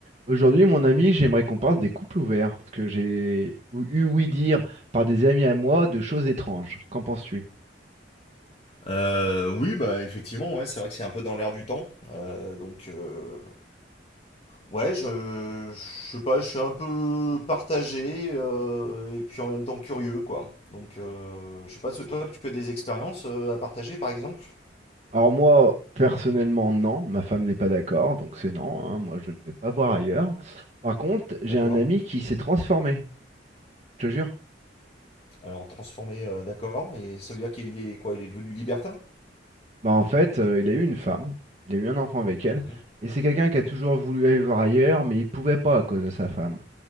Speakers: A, on the right; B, on the left.
A: Aujourd'hui, mon ami, j'aimerais qu'on parle des couples ouverts, parce que j'ai ou- eu ouï dire par des amis à moi de choses étranges. Qu'en penses-tu?
B: Euh, oui, bah effectivement, ouais, c'est vrai que c'est un peu dans l'air du temps. Euh, donc, euh, ouais, je, je sais pas, je suis un peu partagé euh, et puis en même temps curieux, quoi. Donc, euh, je sais pas, toi, tu as des expériences euh, à partager, par exemple?
A: Alors moi, personnellement, non, ma femme n'est pas d'accord, donc c'est non, hein, moi je ne vais pas voir ailleurs. Par contre, j'ai
B: D'accord.
A: un ami qui s'est transformé, je te jure.
B: Alors, transformé, euh, d'accord. Et ça veut dire qu'il est quoi? Il est devenu libertin?
A: Bah en fait, euh, il a eu une femme, il a eu un enfant avec elle,
B: Mhm,
A: et c'est quelqu'un qui
B: mhm,
A: a toujours voulu aller voir ailleurs, mais il pouvait pas à cause de sa femme.